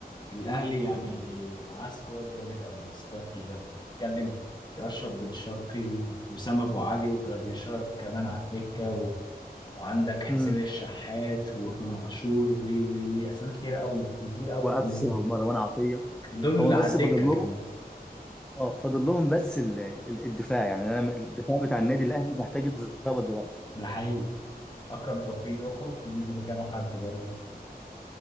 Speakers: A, on the left (about 25°); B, in the centre.
A: الاهلي يعني معاه سكواد جامد قوي سكواد تقيل قوي بتتكلم في اشرف بن شرقي واسامه ابو علي وجراديشار كمان على الدكه و... وعندك حسين
B: امم
A: الشحات وامام عاشور و و- و- اسامي كتير قوي كتير قوي
B: وقفشه
A: كلهم
B: ومروان عطيه
A: دول اللي
B: هو بس
A: على الدكه
B: فاضل لهم
A: كمان
B: اه فاضل لهم بس ال- ال- الدفاع يعني انا الدفاع بتاع النادي الاهلي محتاج يتظبط دلوقتي
A: ده حقيقي اكرم توفيق يخرج ويجي مكانه حد برضه